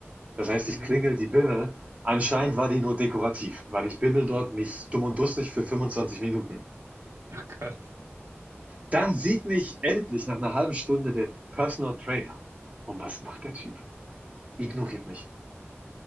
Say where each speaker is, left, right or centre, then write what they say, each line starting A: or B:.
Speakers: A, on the right; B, on the right.
A: Das heißt,
B: Mhm.
A: ich klingel die Bimmel. Anscheinend war die nur dekorativ, weil ich bimmel dort mich dumm und dusselig für 25 Minuten.
B: Oh Gott.
A: Dann sieht mich endlich nach einer halben Stunde der Personal Trainer. Und was macht der Typ? Ignoriert
B: Ja.
A: mich.